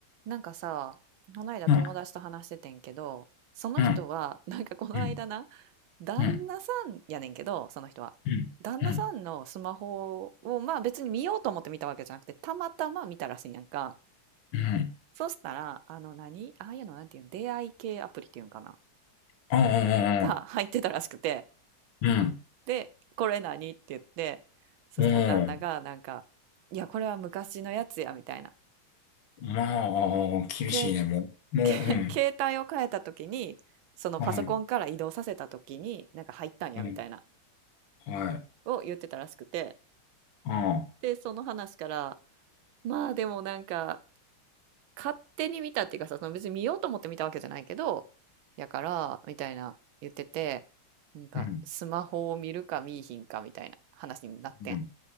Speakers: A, on the right; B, on the left.
A: なんかさ、この間友達と話しててんけど、
B: うん、
A: その人は、
B: うん、
A: なんかこの間な、
B: うん、
A: 旦那さんやねんけど、
B: うん、
A: その人は。
B: うん、
A: 旦那さんのスマホを、
B: うん、
A: まあ別に見ようと思って見たわけじゃなくて、たまたま見たらしいんやんか。
B: うん。
A: そしたら、あの何、ああいうのなんていうの出会い系アプリっていうんかな
B: ああ、
A: が入ってたらしくて。
B: うん、
A: で、これ何って言って、そしたら旦那がなんか、
B: も
A: いや、これは昔のやつや、みたいな。
B: うん、まあ、厳しいね、
A: 携
B: もう。もう、
A: け
B: うん、
A: <laughs> 携帯を変えた時にそのパソコンから移動させた時になんか入ったんやみたいな
B: うん、うん、はい、
A: を言ってたらしくて
B: ああ、
A: でその話からまあでもなんか勝手に見たっていうかさその別に見ようと思って見たわけじゃないけどやからみたいな言っててなんかスマホを見るか見いひんかみたいな話になってん
B: うん、うん、